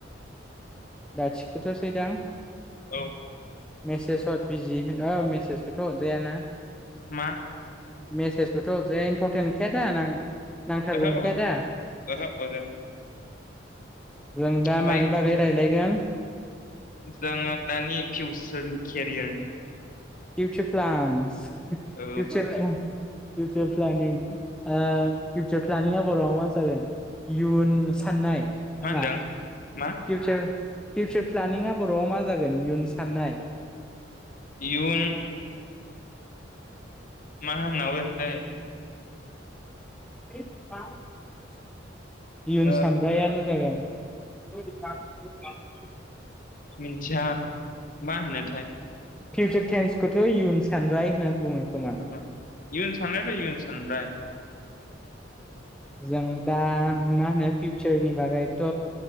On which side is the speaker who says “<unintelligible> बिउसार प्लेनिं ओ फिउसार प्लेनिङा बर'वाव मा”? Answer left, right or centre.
Centre